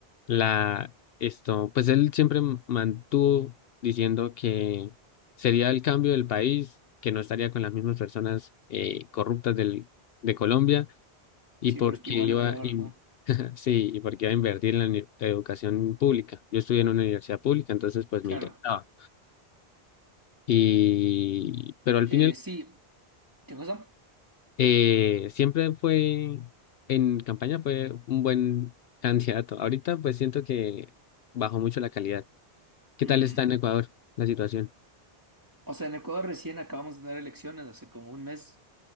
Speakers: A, on the left; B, on the right.
A: la esto, pues él siempre m- mantuvo diciendo que sería el cambio del país, que no estaría con las mismas personas eh, corruptas del, de Colombia y
B: Siempre
A: porque
B: está igual
A: iba
B: o peor,
A: a in-
B: ¿no?
A: <laughs> sí, y porque iba a invertir en la uni- educación pública. Yo estudié en una universidad pública, entonces pues
B: Claro.
A: me intentaba. Y pero al
B: Eh,
A: final
B: sí, ¿qué cosa?
A: Eh, siempre fue, en campaña fue un buen candidato. Ahorita pues siento que bajó mucho la calidad. ¿Qué
B: Mm.
A: tal está en Ecuador la situación?
B: O sea, en Ecuador recién acabamos de tener elecciones hace como un mes